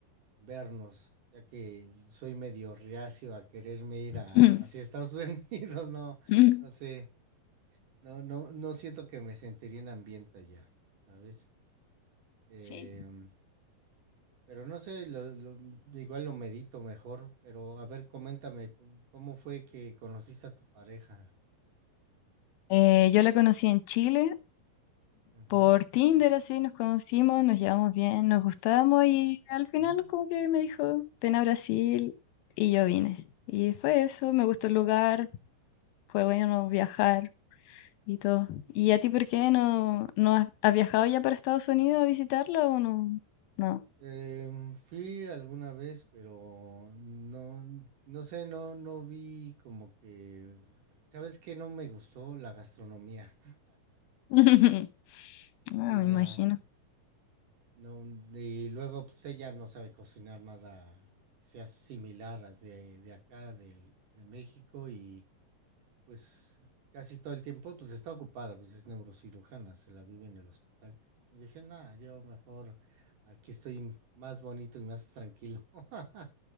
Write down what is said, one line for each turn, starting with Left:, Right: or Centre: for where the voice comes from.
Right: vernos, ya que soy medio reacio a quererme ir
Left: Ujú.
Right: a, hacia Estados <laughs> Unidos, no,
Left: <clears throat>
Right: no sé, no, no, no siento que me sentiría en ambiente allá, ¿sabes? Em,
Left: Sí.
Right: pero no sé, lo, lo- igual lo medito mejor, pero a ver, coméntame, pu- ¿cómo fue que conociste a tu pareja?
Left: Eh, yo la conocí en Chile
Right: Ujú,
Left: por Tinder, así nos conocimos, nos llevamos bien, nos gustábamos y al final
Right: mm.
Left: como que me dijo, ven a Brasil y yo vine. Y fue eso, me gustó el lugar, fue bueno viajar y todo. ¿Y a ti por qué no, no has, has viajado ya para Estados Unidos a visitarla o no? No.
Right: Em, fui alguna vez, pero no, no sé, no, no vi como que, ¿sabes qué? No me gustó la gastronomía.
Left: <laughs> No,
Right: Sí,
Left: me
Right: no,
Left: imagino.
Right: no, y luego pues, ella no sabe cocinar nada que sea similar a de, de acá, del, de México, y pues casi todo el tiempo pues está ocupada, pues es neurocirujana, se la vive en el hospital. Entonces dije, nada, yo mejor aquí estoy más bonito y más tranquilo. <laughs>